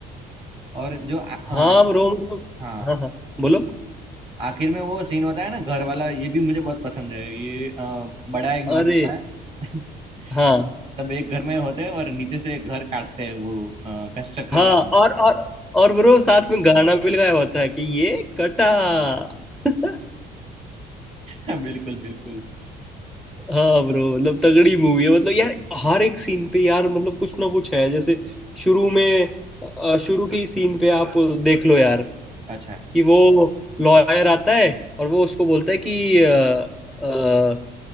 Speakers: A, on the right; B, in the centre.
A: और जो आ, अ,
B: हाँ ब्रो मतलब
A: हाँ
B: हाँ हाँ बोलो
A: आखिर में वो सीन होता है ना घर वाला ये भी मुझे बहुत पसंद है ये अ, बड़ा एक डॉन
B: अरे
A: आता है <laughs>
B: हाँ
A: सब एक घर में होते हैं और नीचे से घर काटते हैं वो कंस्ट्रक्शन
B: हाँ और और और ब्रो साथ में गाना भी लगाया होता है कि ये कटा <laughs>
A: हाँ <laughs> बिल्कुल बिल्कुल
B: हाँ ब्रो मतलब तगड़ी मूवी है मतलब यार हर एक सीन पे यार मतलब कुछ ना कुछ है जैसे शुरू में अ, शुरू की सीन पे आप देख लो यार
A: अच्छा
B: कि वो लॉयर आता है और वो उसको बोलता है कि अ, अ,